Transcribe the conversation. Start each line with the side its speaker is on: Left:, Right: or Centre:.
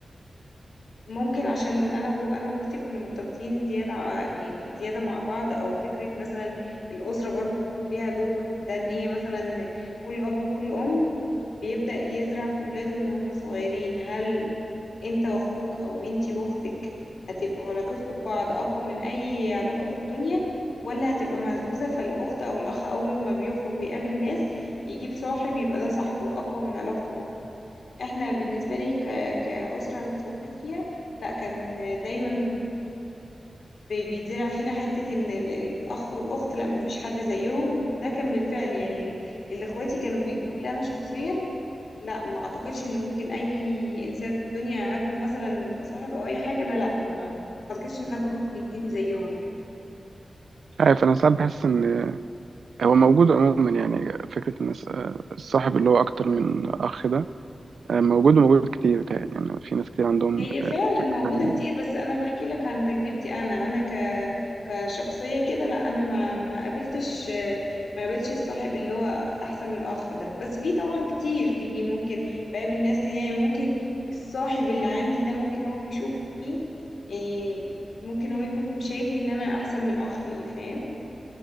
Left: ممكن عشان انا وانا واختي كنا مرتبطين زيادة ع- يعني زيادة مع بعض او فكرة مثلا الأسرة برضو بيكون ليها دور في ده ان هي مثلا كل اب وكل ام بيبدأ يزرع في ولاده من هم صغيرين هل انت واخوك او انتي واختك هتبقوا علاقتكم ببعض اقوى من اي علاقة في الدنيا ولا هتبقى مهزوزة فالاخت او الاخ اول ما بيخرج ويقابل ناس يجيب صاحب يبقى ده صاحبه اقوى من علاقته باخته احنا بالنسبة لي ك... كأسرة انا اتربيت فيها لا كان دايما بي- بيتزرع فينا حتة ان ال- الاخ والاخت لا مفيش حد زيهم وده كان بالفعل يعني ال- اللي اخواتي كانوا بيدوه لي انا شخصيا لا ما اعتقدش ان ممكن اي انسان في الدنيا اقابله مثلا كصاحب او اي حاجة لا لا ما ما اعتقدش ان حد ممكن يديني زيهم يعني
Right: عارف انا ساعات بحس ان هو موجود عموما يعني فكره ان الس- الصاحب اللي هو اكتر من اخ ده آه، موجود وموجود كتير بتهيألي يعني في ناس كتير عندهم
Left: هي فعلا
Right: آه، فكرة
Left: موجودة
Right: حاجه زي
Left: كتير
Right: كده
Left: بس أنا بحكي لك عن تجربتي أنا أنا ك كشخصية كده لا أنا ما ما قابلتش ما قابلتش الصاحب اللي هو أحسن من الأخ ده بس في طبعا كتير في ممكن بقابل ناس كتير يعني ممكن الصاحب اللي عندي ده ممكن هو بيشوف فيه يعني ممكن هو يكون شايفني إن أنا أحسن من أخ ليه فاهم